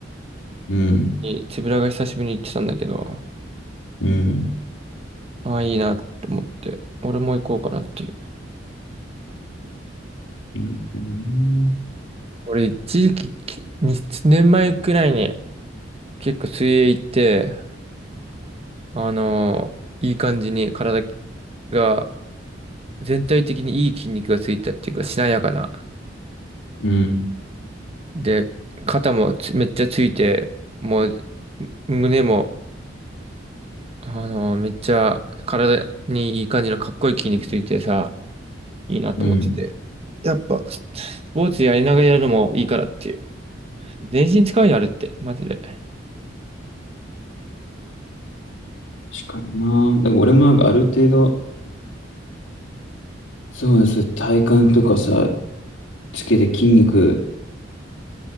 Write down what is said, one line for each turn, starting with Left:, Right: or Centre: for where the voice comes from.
Left: うん、
Right: につぶらが久しぶりに行ってたんだけど、
Left: うん、
Right: ああ、いいなと思って、俺も行こうかなっていう。
Left: うん、
Right: 俺、一時期、きに年前くらいに結構水泳行って、あの、いい感じに体が全体的にいい筋肉がついたっていうか、しなやかな。
Left: うん、
Right: で、肩もつめっちゃついて、もう、胸も、あの、めっちゃ体にいい感じのかっこいい筋肉ついてさ、いいなと思ってて。
Left: うん。
Right: やっぱ、ススポーツやりながらやるのもいいからっていう。全身使うよ、あれって。マジで。
Left: 確かにな。だから俺もなんかある程度、そうです、体幹とかさ、つけて筋肉、